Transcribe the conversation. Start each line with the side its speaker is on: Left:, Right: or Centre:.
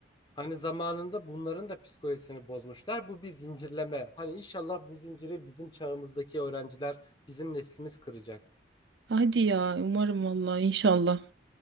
Left: Hani zamanında bunların da psikolojisini bozmuşlar. Bu bir zincirleme. Hani inşallah bu zinciri bizim çağımızdaki öğrenciler, bizim neslimiz kıracak.
Right: Hadi ya umarım vallahi inşallah.